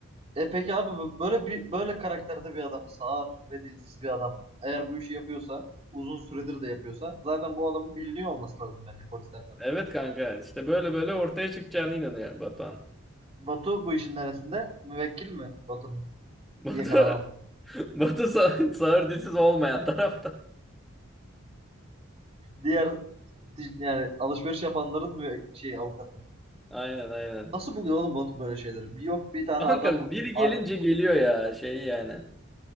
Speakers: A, on the right; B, in the centre.
A: E peki abi bu- böyle bir böyle karakterde bir adam, sağır ve dilsiz bir adam. Eğer bu işi yapıyorsa, uzun süredir de yapıyorsa zaten bu adamın biliniyor olması lazım bence polisler tarafından.
B: Evet kanka işte böyle böyle ortaya çıkacağına inanıyor Batuhan.
A: Batu bu işin neresinde? Müvekkil mi Batu'nun?
B: <laughs> Batu,
A: Yakalanamadım.
B: Batu sa- sağır dilsiz olmayan <laughs> tarafta.
A: Diğer ti- yani alışveriş yapanların mü şey avukatı.
B: Aynen aynen.
A: Nasıl buluyor oğlum Batu böyle şeyleri? Bir yok bir tane
B: Kanka
A: adam
B: biri
A: a-
B: gelince geliyor ya şey yani.